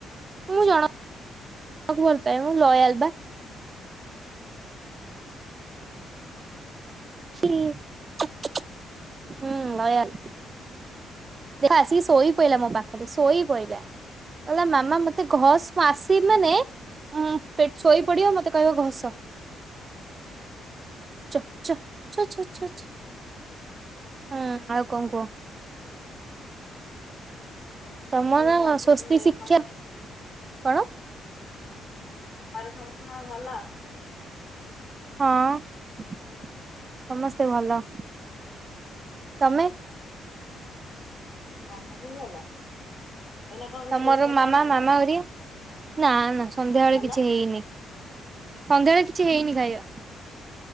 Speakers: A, on the right; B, on the left.
A: ମୁଇଁ
B: ହୁଁଁ ହୁଁ <inaudible>
A: ତାକୁ ଭଲପାଏ। ମୁଁ ଲୟାଲ ବା
B: ଅହଁ
A: ଛିଃ---ହୁଁ ଭୟଲ ସେ ଆସିକି ଶୋଇ ପଇଲା ମୋ ପାଖରେ ଶୋଇ ପଇଲା। କହିଲା ମାମା ମତେ ଘସ୍ ମୁଁ ଆସିବି ମାନେ ଉଁ ପେ ଶୋଇପଡିବ ମତେ କହିବ ଘସ୍। ତ ଚୋ ଚୋ। ଚୋଚୋଚୋ ହଁ ଆଉ କଣ କୁହ? ତମର
B: ଆଉ ଘରେ ସବୁ
A: ସ୍ଵସ୍ତି ଶିକ୍ଷା।
B: ସମସ୍ତ
A: କଣ?
B: ଘରେ ସମସ୍ତଙ୍କର ଭଲ?
A: ହଁ ସମସ୍ତେ ଭଲ। ତମେ?
B: ତମ ମନକୁ ଗଲା? ଏଇନେ କଣ ରୋଷେଇବାଷ
A: ତମର
B: ହେଲାଣି
A: ମାମା
B: ନା
A: ମାମା
B: ନାଇଁ?
A: ହରିଆ ନା ନା ସନ୍ଧ୍ୟାବେେଳେ
B: ଭଲ
A: କିଛି ହେଇନି। ସନ୍ଧ୍ୟାବେଳେ କିଛି ହେଇନି ଖାଇବା।